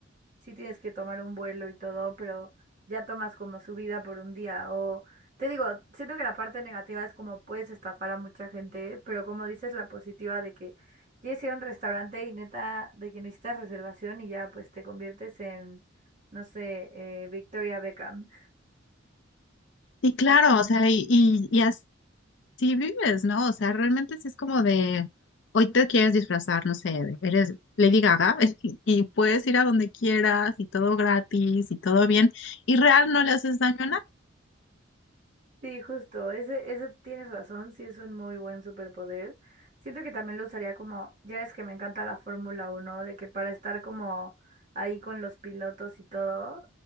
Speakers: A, on the right (about 40°); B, on the left (about 60°).
A: sí tienes que tomar un vuelo y todo, pero ya tomas como su vida por un día. O te digo, siento que la parte negativa es como puedes estafar a mucha gente, pero como dices, la positiva de que quieres ir a un restaurante y neta, de que necesitas reservación y ya pues te conviertes en, no sé, eh, Victoria Beckham.
B: y claro, o sea, y, y, y así vives, ¿no? O sea, realmente sí es como de hoy te quieres disfrazar, no sé, de- eres Lady Gaga <laughs> y y puedes ir a donde quieras y todo gratis y todo bien. Y real no le haces daño a
A: Sí, justo, ese, ese tienes razón, sí es un muy buen superpoder. Siento que también lo usaría como, ya es que me encanta la Fórmula uno de que para estar como ahí con los pilotos y todo,